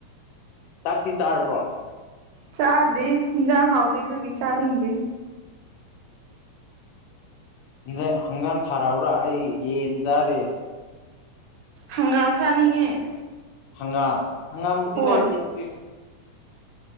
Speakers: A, on the left; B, on the right.
A: ꯆꯥꯛꯗꯤ ꯆꯥꯔꯕ꯭ꯔꯣ
B: ꯆꯥꯗ꯭ꯔꯤ ꯌꯦꯟꯖꯥꯡ ꯍꯥꯎꯇꯦ ꯑꯗꯨꯒꯤ ꯆꯥꯅꯤꯡꯗꯦ
A: ꯍꯤꯟꯖꯥꯡ ꯍꯦꯟꯖꯥꯡ ꯊꯥꯔꯛꯎꯔꯥ ꯑꯩ ꯌꯦꯟ ꯆꯥꯔꯤ
B: ꯍꯪꯒꯥꯝ ꯆꯥꯅꯤꯡꯉꯦ
A: ꯍꯪꯒꯥꯝ ꯍꯪꯒꯥꯝꯕꯨꯗꯤ
B: ꯍꯣꯏ
A: ꯂꯩꯇꯦ ꯍꯧꯖꯤꯛ